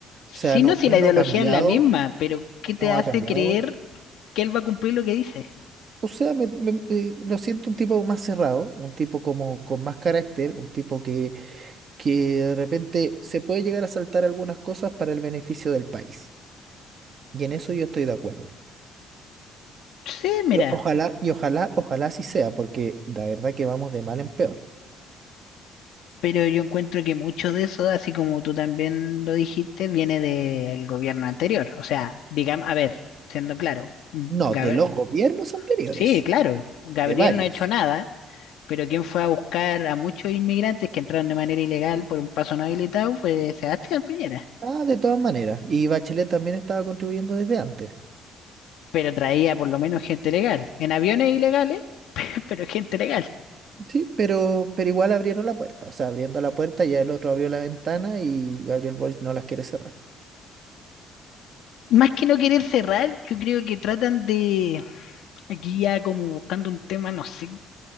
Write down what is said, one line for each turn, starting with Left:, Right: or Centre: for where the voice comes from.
Left: Si
Right: O sea, no,
Left: no, si
Right: él
Left: la ideología
Right: no ha cambiado,
Left: es la misma, pero ¿qué
Right: él
Left: te
Right: no
Left: hace
Right: ha cambiado
Left: creer que él va a cumplir lo que dice?
Right: O sea, me, me- eh, lo siento un tipo más cerrado, un tipo como con más carácter, un tipo que, que de repente se puede llegar a saltar algunas cosas para el beneficio del país. Y en eso yo estoy de acuerdo.
Left: Sí, mira,
Right: Y ojalá, y ojalá, ojalá así sea, porque la verdad que vamos de mal en peor.
Left: pero yo encuentro que mucho de eso, así como tú también lo dijiste, viene del gobierno anterior. O sea, digamos, a ver, siendo claro, Gab-
Right: No, de los gobiernos anteriores,
Left: sí, claro, Gabriel
Right: de varios.
Left: no ha hecho nada Pero quien fue a buscar a muchos inmigrantes que entraron de manera ilegal por un paso no habilitado fue Sebastián Piñera.
Right: Ah, de todas maneras. Y Bachelet también estaba contribuyendo desde antes.
Left: Pero traía por lo menos gente legal, en aviones ilegales, <laughs> pero gente legal.
Right: Sí, pero, pero igual abrieron la puerta. O sea, abriendo la puerta ya el otro abrió la ventana y Gabriel Boric no las quiere cerrar.
Left: Más que no querer cerrar, yo creo que tratan de, aquí ya como buscando un tema, no sé,